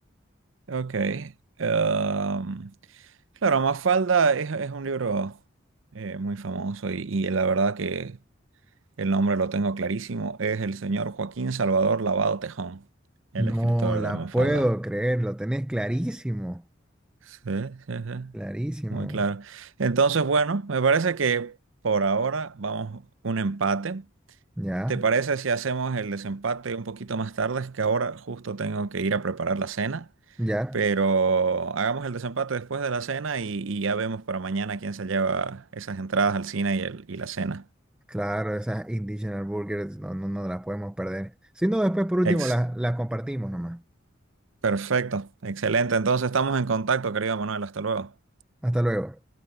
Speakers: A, on the right; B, in the centre.
A: Ok. em, claro, Mafalda es, es un libro eh, muy famoso y, y la verdad que el nombre lo tengo clarísimo. Es el señor Joaquín Salvador Lavado Tejón, el
B: No
A: escritor
B: la
A: de Mafalda.
B: puedo creer, lo tenés clarísimo,
A: Sí, sí, sí,
B: clarísimo.
A: muy claro. Entonces, bueno, me parece que por ahora vamos un empate.
B: Ya,
A: ¿Te parece si hacemos el desempate un poquito más tarde? Es que ahora justo tengo que ir a preparar la cena,
B: ya,
A: pero hagamos el desempate después de la cena y, y ya vemos para mañana quién se lleva esas entradas al cine y, el- y la cena.
B: claro, esas Indigenous Burgers no, no, no las podemos perder. Si no, después por último
A: Ex,
B: las las compartimos nomás.
A: perfecto, excelente. Entonces estamos en contacto, querido Manuel. Hasta luego.
B: Hasta luego.